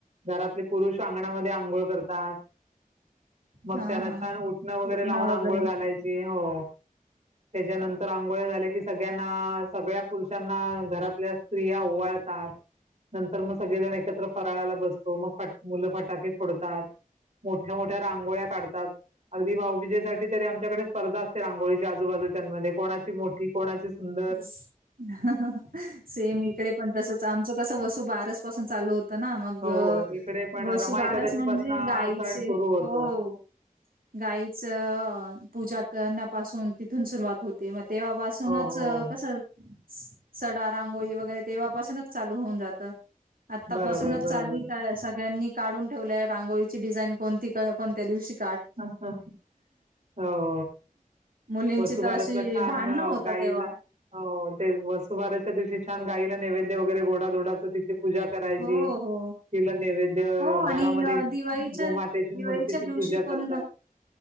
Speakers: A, on the right (about 50°); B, on the right (about 75°).
A: घरातले पुरुष अंगणामध्ये आंघोळ करतात. मग
B: हां,
A: त्याना
B: हां.
A: छान उठणं वगैरे,
B: पुतना
A: लावून
B: वगैरे.
A: आंघोळ घालायची. हो त्याच्यानंतर आंघोळ झाले, की सगळ्यांना सगळ्या पुरुषांना घरातल्या स्त्रिया ओवाळतात. नंतर मग सगळेजण एकत्र फराळाला बसतो. मग मुलं फटाके फोडतात. मोठ्या मोठ्या रांगोळ्या काढतात. अगदी भाऊबीजे साठी तरी आमच्याकडे स्पर्धा असते. रांगोळीच्या आजूबाजूच्यामध्ये कोणाची मोठी कोणाची सुंदर
B: स--सेम इकडे पण तसचं, आमचं कस वसू बारच चालू होत ना मग
A: हो हो इकडे पण
B: वसुबारस
A: रमा एकादशी
B: म्हणजे,
A: पासून
B: गायचे
A: सण सुरू
B: हो
A: होतो
B: गाईच पूजा करण्यापासून तिथून सुरुवात होते, मग तेव्हापासूनच
A: हो हो हो
B: कसं स सडा रांगोळी वगैरे, तेव्हापासूनच चालू होऊन, जातं आतापासूनच
A: बरोबर बरोबर
B: चाली का सगळ्यांनी काढून ठेवलंय रांगोळीची डिझाईन कोणती कोणत्या दिवशी का?
A: ह ह हो
B: मुलींची
A: वसुबारसला
B: तर अशी
A: छान!
B: भांडणं होतात
A: गायला
B: तेव्हा
A: ते वसुबारसंच्या दिवशी छान गाईला नैवेद्य वगैरे, गोडा धोडाचं पूजा करायची.
B: हो हो
A: तिला नैवेद्य
B: हो आणि
A: घरामध्ये
B: अ, दिवाळीच्या
A: गोमातेची
B: दिवाळीच्या
A: मूर्तीची
B: दिवशी
A: पूजा करतात.
B: <inaudible>